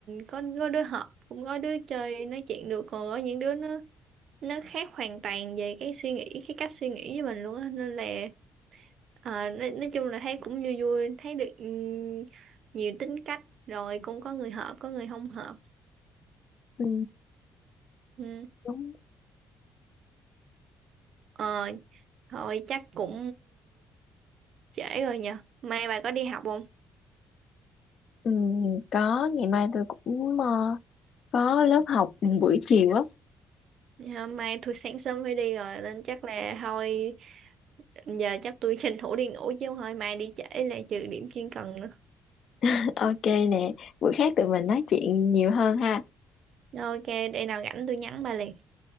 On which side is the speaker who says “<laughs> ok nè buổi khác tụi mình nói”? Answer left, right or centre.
Left